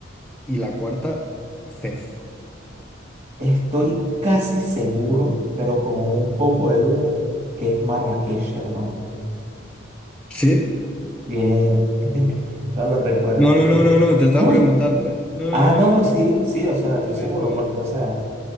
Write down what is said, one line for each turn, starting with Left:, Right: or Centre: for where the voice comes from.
Centre: y la cuarta, Fez.
Right: Estoy casi seguro, pero con un poco de duda, que es Marrakech, hermano.
Centre: ¿Sí?
Right: Bien, <laughs> no lo recuerdo,
Centre: No,
Right: es
Centre: no,
Right: por...
Centre: no, no, no, te estaba
Right: No
Centre: preguntando,
Right: es...
Centre: ¿eh? No,
Right: Ah,
Centre: no, no,
Right: no,
Centre: no,
Right: no,
Centre: no,
Right: sí, sí, o sea, estoy
Centre: no
Right: seguro,
Centre: es, no es.
Right: porque, o sea,